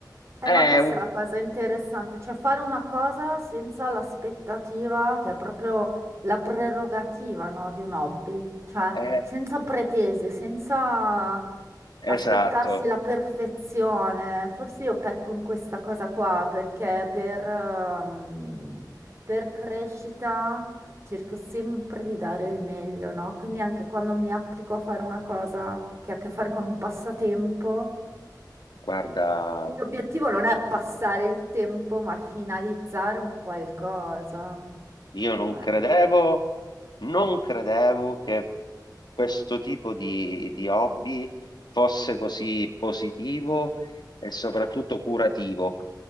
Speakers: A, on the right (about 40°); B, on the left (about 75°).
A: Eh,
B: È
A: ma questa
B: un...
A: è la cosa interessante, cioè fare una cosa senza l'aspettativa, che è proprio la prerogativa, no, di un hobby, cioè
B: è-
A: senza pretese, senza
B: esatto,
A: aspettarsi la perfezione. Forse io pecco in questa cosa qua perché per, ehm, per crescita cerco sempre di dare il meglio, no? Quindi anche quando mi applico a fare una cosa che ha a che fare con un passatempo.
B: guarda.
A: Il mio obiettivo non è passare il tempo, ma finalizzare un qualcosa.
B: Io non
A: Eh.
B: credevo, non credevo che questo tipo di, di hobby fosse così positivo e soprattutto curativo.